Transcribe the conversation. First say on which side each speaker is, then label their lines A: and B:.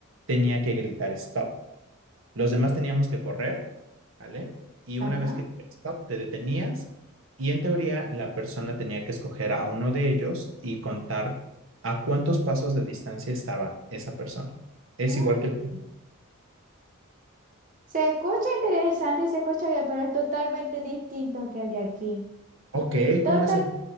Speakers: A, on the right (about 65°); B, on the right (about 35°).
A: tenía que gritar stop. Los demás teníamos que correr, ¿vale? Y
B: Ajá.
A: una vez que stop, te detenías y en teoría la persona tenía que escoger a uno de ellos y contar a cuántos pasos de distancia estaba esa persona. Es
B: Ah,
A: igual que el... tuyo.
B: Se escucha interesante y se escucha bien, pero es totalmente distinto que el de aquí.
A: Ok,
B: Total,
A: ¿cómo es el...?